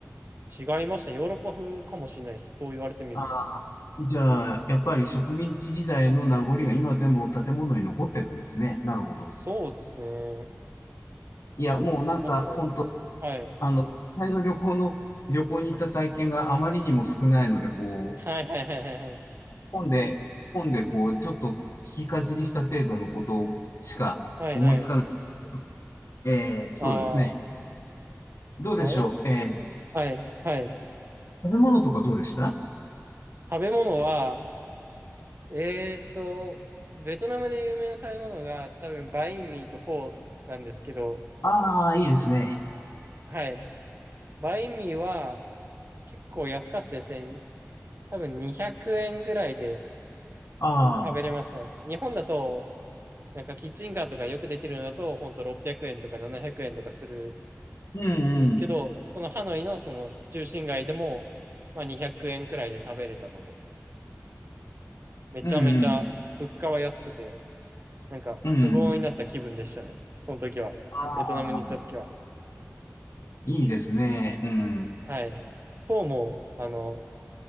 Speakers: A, on the right; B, on the left.
A: 違いましたね。ヨーロッパ風かもしれないです。そう言われてみると。
B: ああ、じゃあ、やっぱり植民地時代の名残が今でも建物に残ってるんですね。なるほど。
A: そうですね。
B: いや、もうなんか、
A: あと、
B: 本当
A: はい。
B: あの、実際の旅行の、旅行に行った体験があまりにも少ないので、こう、
A: はいはいはいはいはい。
B: 本で、本でこう、ちょっと聞きかじりした程度のことしか思いつかない。
A: はいはい。
B: えー、そうですね。
A: ああ、
B: どうでしょう。
A: 誰っすね。
B: えー、
A: はいはい。
B: 食べ物とかどうでした
A: 食べ物は、えーっと、ベトナムで有名な食べ物が多分バインミーとフォーなんですけど、
B: ああー、いいですね。
A: はい。バインミーは結構安かったですね。多分200円くえんくらいで
B: ああ、
A: 食べれましたね。日本だと、なんかキッチンカーとかよく出てるのだと、ほんと600円とか700円とかする
B: うんうん、
A: んですけど、そのハノイのその中心街でも、まあ200円くえんくらいで食べれたので、めちゃめちゃ物価は安くて、
B: うんうん、
A: なんか富豪になった気分でしたね。
B: うんうん。
A: その時は。
B: あ
A: ベトナムに行った時は。
B: あ、いいですね。うん。
A: はい。フォーも、あの、